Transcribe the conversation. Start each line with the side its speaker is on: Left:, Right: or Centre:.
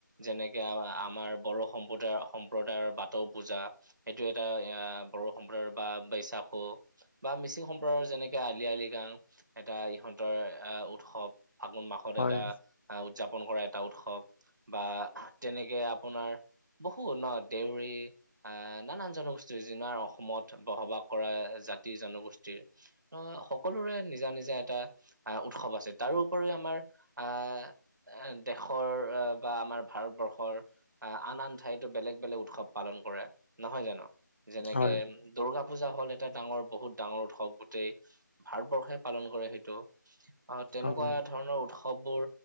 Right: যেনে আও আমাৰ বড়ো সম্প্ৰদায় সম্প্ৰদায়ৰ বাথৌ পূজা। সেইটো এটা অ', বড়ো সম্প্ৰদায়ৰ বা বৈশাখু বা মিচিং সম্প্ৰ যেনেকে আলি আই লৃগাং, এটা ইহঁতৰ অ', উৎসৱ। ফাগুন মাহত
Left: হয়
Right: এটা
Left: হয়
Right: অ', উদযাপন কৰা এটা উৎসৱ। বা তেনেকে আপোনাৰ বহুত ন, দেউৰী অ', নানান জনগোষ্ঠীৰ যিমান অসমত বসবাস কৰা জাতি জনগোষ্ঠীৰ অ', সকলোৰে নিজা নিজা এটা অ', উৎসৱ আছে। তাৰোপৰি আমাৰ অ' এ, দেশৰ বা আমাৰ ভাৰতবৰ্ষ হৰ আন আন ঠাইতো বেলেগ বেলেগ উৎসৱ পালন কৰে, নহয় জানো? যেনেকে
Left: হয়
Right: দুূৰ্গা পূজা হ'ল এটা ডাঙৰ বহুত ডাঙৰ উৎসৱ গোটেই ভাৰতবৰ্ষই পালন কৰে সেইটো। অ', তেনেকুৱা
Left: হয়
Right: ধৰণৰ উৎসৱ চববোৰ